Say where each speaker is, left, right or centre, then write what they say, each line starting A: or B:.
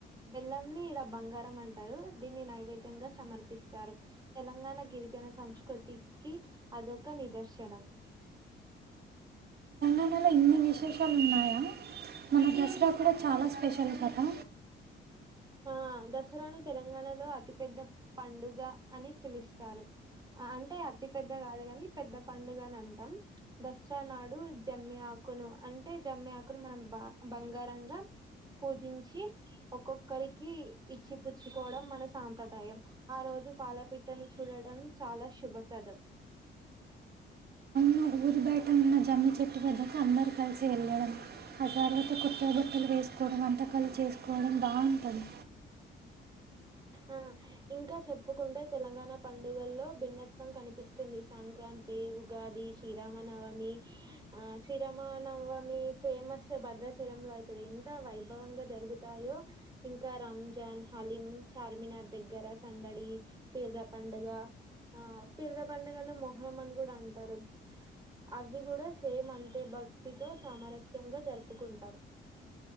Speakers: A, on the right; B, on the right.
A: బెల్లంని ఇడ బంగారం అంటారు దీన్ని నైవే ద్యం గా సమర్పిస్తారు తెలంగాణ గిరిజన సంస్కృతికి అదొక నిదర్శనం
B: తెంగాణలో ఇన్ని విశేషాలు ఉన్నాయా మన దసరా కూడా చాలా స్పెషల్ కదా
A: ఆ దసరాను తెలంగాణలో అతిపెద్ద పండుగ అని పిలుస్తారు అంటే అతి పెద్ద కాదు కాని పెద్ద పండుగ అని అంటాం దసరా నాడు జమ్మి ఆకును అంటే జమ్మి ఆకును మనం బ బంగారంగా పూజించి ఒకొక్ ఒకరికి ఇచ్చిపుచ్చుకోవడం మన సాంప్రదాయం ఆ రోజు పాలపిట్టను చూడడం చాలా శుభప్రదం
B: మా ఊరి బయట ఉన్న జమ్మి చెట్టు వద్దకు అందరు కలిసి వెళ్ళడం ఆ తర్వాత కొత్తవ బట్టలు వేసుకోవడం వంటకాలు చేసుకోవడం బాగుంటది
A: ఆ ఇంకా చెప్పుకుంటే తెలంగాణ పండుగల్లో భిన్నత్వం కనిపిస్తుంది సంక్రాంతి ఉగాది శ్రీరామనవమి ఆ శ్రీరామనవమి ఫేమస్ భద్రాచలంలో అవుతుంది ఎంత వైభవంగా జరుగుతాయో ఇంకా రంజాన్ హలీం చార్మినార్ దగ్గర సందడి పిర్రల పండుగ ఆ పిర్రల పండుగనే మొహ్రమన్ కూడా అంటారు అవి కూడా సేమ్ అంతే భక్తితో సామరస్యంగా జరుపుకుంటాం